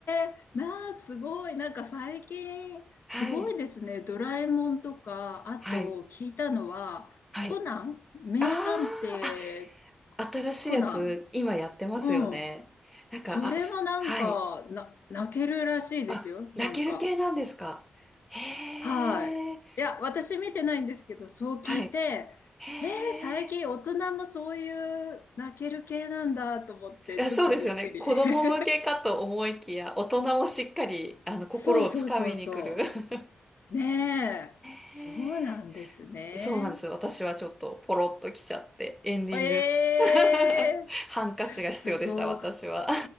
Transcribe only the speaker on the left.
えなあ、すごい。なんか最近、
すごいですね。ドラえもんとか、あと聞いたのは、
コナン名探偵
コナン。
うん。
それもなんか、
な、泣けるらしいですよ。
なんか。
はい。いや、私見てないんですけど、そう聞いて、
えー、最近大人もそういう泣ける系なんだと思って、
ちょっとびっくり。
<laughs>
そうそうそうそ
う。ねえ、
そうなんですね。
ええー
すごい。